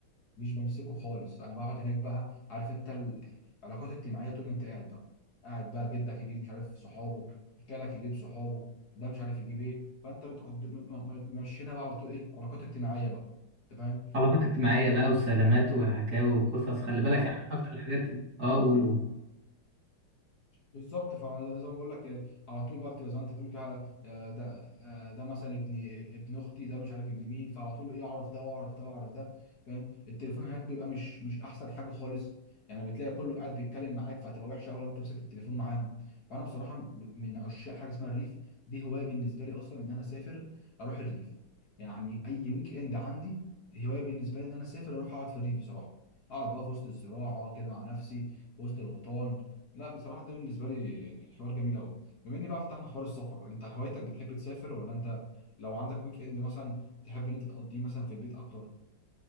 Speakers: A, on the left; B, on the right.
A: مش بمسكه خالص انا بقعد هناك بقى عارف انت العلاقات الاجتماعيه طول ما انت قاعد بقى قاعد بقى جدك يجيب مش عارف صحابه خالك يجيب صحابه ده مش عارف يجيب ايه فانت بتقضي م- م- م- مشينا بقى على طول ايه علاقات اجتماعيه بقى انت
B: علاقات اجتماعية بقى وسلامات وحكاوي وقصص خلي بالك
A: فاهم
B: يعني من أكتر الحاجات آه قول قول
A: بالظبط فزي ما بقول لك آه، على طول بقى بتبقى زي ما انت بتقول كده آه، ده آه، ده مثلا ابن ابن اختي ده مش عارف ابن مين فعلى طول ايه اعرف ده واعرف ده واعرف ده فاهم التليفون هناك بيبقى مش مش احسن حاجه خالص يعني بتلاقي كله قاعد بيتكلم معاك فهتبقى وحشه قوي لو انت مسكت التليفون معاهم فانا بصراحه ب- من عشاق حاجه اسمها الريف دي هوايه بالنسبه لي اصلا ان انا اسافر اروح الريف يعني اي ويك اند عندي هوايه بالنسبه لي ان انا اسافر اروح اقعد في الريف بصراحه اقعد بقى في وسط الزراعه كده مع نفسي في وسط الغيطان لا بصراحة ده بالنسبة لي حوار جميل أوي بما إن بقى فتحنا حوار السفر أنت هوايتك بتحب تسافر ولا أنت لو عندك ويك إند مثلا تحب إن أنت تقضيه مثلا في البيت أكتر؟